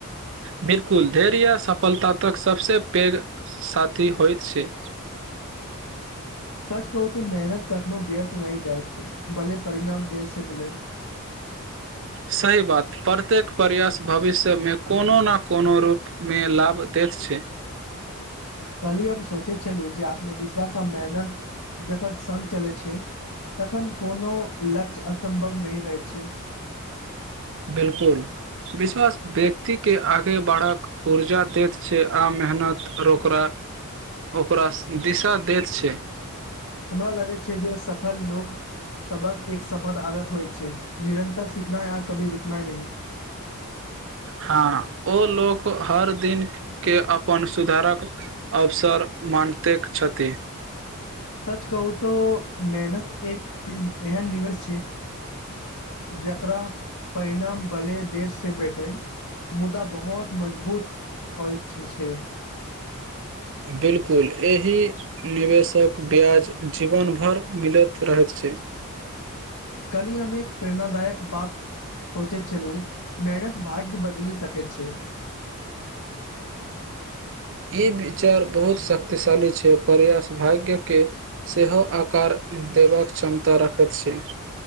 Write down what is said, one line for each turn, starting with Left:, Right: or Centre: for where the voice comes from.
Right: बिलकुल धैर्य या सफलता तक सभस पैघ साथी होइत छै।
Left: सच कहू तऽ मेहनत कखनो व्यर्थ नहिह जाइ छै भल परिणाम देर से मिलै।
Right: सही बात प्रत्येक प्रयास भविष्यमे कोनो ने कोनो रूपमे लाभ दैत छै।
Left: कली हम सोचे छलू जे आत्मविशास। थड़ा सा मेहनत जतन सघ चलै छै। तखन। कोनो लक्ष्य असम्भव। नी रहै छै।
Right: बिलकुल विश्वास व्यक्ति के आगे बढ़ाक ऊर्जा दैत छै आ मेहनतर ओकरा ओकरा दिशा दैत छै।
Left: हमरा लागे छै जे सफल लोक। सबक एक समान आदत होइत छै निरन्तर सीखना आ कभी रुकनाय नह।
Right: हँ ओ लोक हर दिनके अपन सुधारक अवसर मानिते छथि।
Left: सच कहू त मेहनत। एक बयन निवास। जकरा परिणाम भले देश से भेटे मुदा बहुत मजबूत होइ छै।
Right: बिल्कुल एहि निवेशक ब्याज जीवन भरि मिलैत रहैत छै।
Left: कली हममे एक प्रेरणादायक बात सोचे छललू मेहनत भाग्य बदलि सक छै।
Right: ई विचार बहुत शक्तिशाली छै प्रयास भाग्यके सेहो आकार देबाक क्षमता रखैत छै।